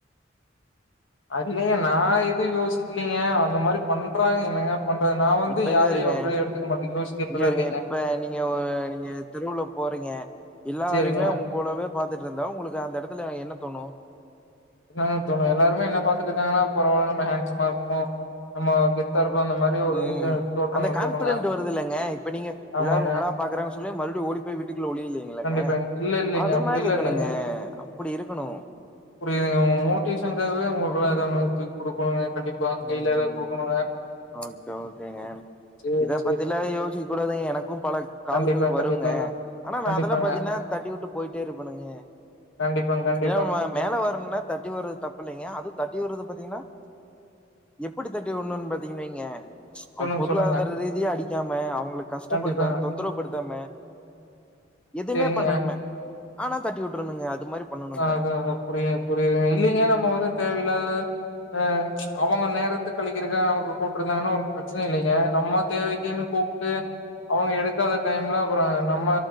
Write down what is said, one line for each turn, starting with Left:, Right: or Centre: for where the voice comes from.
Left: அதுல்ல நா எதுவு யோசிக்கலீங்க அந்த மாரி பண்றாங்க என்னங்க பண்றது நா வந்து
Centre: இப்ப இங்க
Left: யாரையு
Centre: பருங்க
Left: அப்டி எடுத்துக்க மாட்டே யோசிக்கிறதுலா
Centre: இங்க வருங்க
Left: இல்லைங்க
Centre: இப்ப நீங்க ஒரு நீங்க தெருவுல போறீங்க எல்லாருமே
Left: சேரிங்க
Centre: உங்களவே பாத்துட்டு இருந்தா உங்களுக்கு அந்த இடத்துல என்ன தோணு
Left: என்ன தோணும் எல்லாருமே என்ன பாத்துட்டு இருக்காங்கனா பரவால நம்ம ஹாண்ட்சம்மா இருக்கமோ நம்ம கெத்தா இருக்கிறோ அந்த மாரி ஒரு
Centre: ம்
Left: இது தோற்றங்கள்
Centre: அந்த கான்ஃபிடென்ட்
Left: தோணுங்க
Centre: வருதுல்லங்க இப்ப நீங்க
Left: ஆமாங்க
Centre: எல்லாரு என்னடா பாக்கறாங்க சொல்லி மறுபடியு ஓடிபோய் வீட்டுக்குள்ள ஒளியிலயே இல்லங்க
Left: கண்டிப்பாங்க இல்ல இல்லைங்க
Centre: அது
Left: அப்டிலா
Centre: மாரி இருக்கணுங்க
Left: இல்லைங்க
Centre: அப்டி இருக்கணு
Left: புரியுதுங்க உங்க மோட்டிவேஷனுக்காகவே உங்களுக்குல்லா எதொன்னு எத்து குடுக்கணுங்க கண்டிப்பா கைல
Centre: ம்
Left: எதா குடுக்கணுங்க
Centre: ஓகே ஓகேங்க
Left: சேரி
Centre: இத
Left: சேரி
Centre: பத்திலா யோசி கூடவே எனக்கு பலக்கு கால்கள்
Left: கண்டிப்பா
Centre: வருங்க
Left: கண்டிப்பாங்க
Centre: ஆனா நா
Left: கண்டிப்பாங்க
Centre: அதெல்லா பாத்தீங்கனா தட்டி விட்டு போயிட்டே இருப்பணுங்க
Left: கண்டிப்பாங் கண்டி
Centre: ஏம்மா மேல வரனா தட்டி உட்ரது தப்ப இல்லைங்க அது தட்டி உர்றது பாத்தீங்கனா எப்டி தட்டி உட்னூன் பாத்தீங்க வைங்க அவன்
Left: சொல்லுங்க
Centre: பொருளாதார
Left: சொல்லுங்க
Centre: ரீதியா அடிக்காம அவங்கள கஷ்டப்படுத்தாம
Left: கண்டிப்பாங்க
Centre: தொந்தரவுப்படுத்தாம எதுவுமே
Left: சேரிங்க
Centre: பண்ணாம ஆனா தட்டி விட்ருனுங்க அது மாரி பண்ணணுங்க
Left: அது நல்லா புரியுங்க புரியுது இல்லிங்க நம்ம வந்து தேவையில்லாத அ அவங்க நேரத்த கழிக்கதற்காக நமக்கு கூப்பிருந்தாங்கனா பிரச்சனை இல்லைங்க நம்ம தேவைக்குன் கூப்டு அவங்க எடுக்காத டைம்ல அப்றொ நம்ம